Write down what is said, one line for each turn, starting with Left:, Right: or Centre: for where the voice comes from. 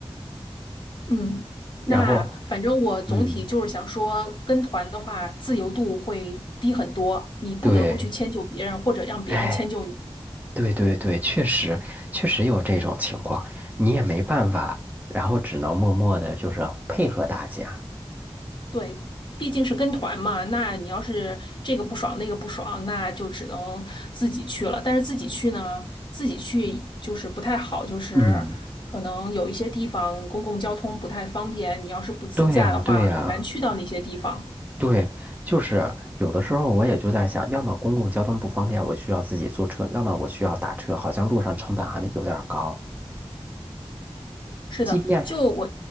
Left: 嗯，
Right: 然后，
Left: 那反正我总体就是想说，
Right: 嗯，
Left: 跟团的话自由度会低很多，你不得不去迁就别人，
Right: 对，
Left: 或者让别人迁就你。
Right: 哎，对对对，确实确实有这种情况，你也没办法，然后只能默默的，就是配合大家。
Left: 对，毕竟是跟团嘛，那你要是这个不爽那个不爽，那就只能自己去了。但是自己去呢，自己去就是不太好，就是可能有一些地方公共交通不太方便，
Right: 嗯，
Left: 你要是不自驾的话，
Right: 对呀，对呀。
Left: 很难去到那些地方。
Right: 对，就是有的时候我也就在想，要么公共交通不方便，我需要自己坐车，要么我需要打车，好像路上成本还有点儿高。
Left: 是的，
Right: 即便
Left: 就我，